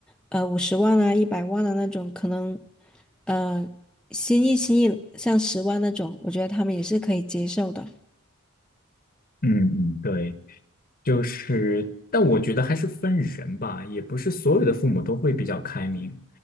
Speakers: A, in the centre; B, on the left.
A: 呃，五十万啊、一百万的那种，可能，呃，心意心意像十万那种，我觉得他们也是可以接受的。
B: 嗯嗯，对。就是，但我觉得还是分人吧，也不是所有的父母都会比较开明。